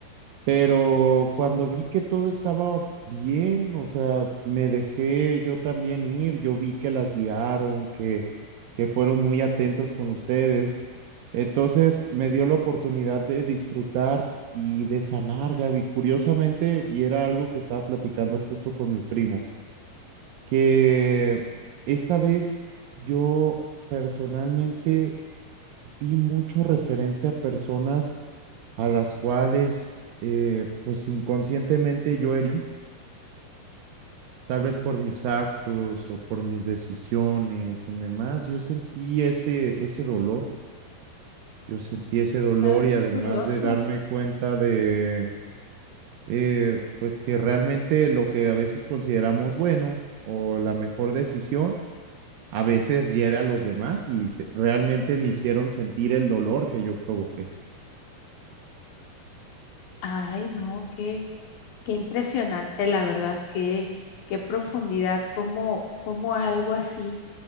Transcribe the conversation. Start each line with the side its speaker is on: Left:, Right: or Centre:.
Right: pero cuando vi que todo estaba bien, o sea, me dejé yo también ir, yo vi que las guiaron, que, que fueron muy atentos con ustedes, entonces me dio la oportunidad de disfrutar. Y de sanar, Gaby, curiosamente, y era algo que estaba platicando justo con mi primo que esta vez yo personalmente vi mucho referente a personas a las cuales eh, pues inconscientemente yo herí, tal vez por mis actos o por mis decisiones y demás, yo sentí ese, ese dolor, yo sentí ese dolor
Left: Ah,
Right: y
Left: qué
Right: además
Left: curioso.
Right: de darme cuenta de eh, pues que realmente lo que a veces consideramos bueno o la mejor decisión, a veces hiere a los demás y se- realmente me hicieron sentir el dolor que yo provoqué.
Left: Ay, no, qué, qué impresionante, la verdad, qué, qué profundidad, cómo, cómo algo así